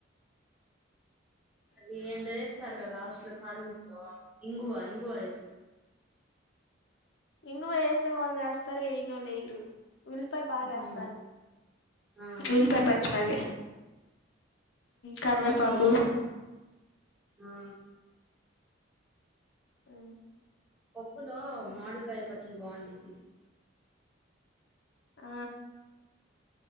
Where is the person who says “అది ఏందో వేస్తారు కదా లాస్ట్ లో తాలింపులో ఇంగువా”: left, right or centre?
Centre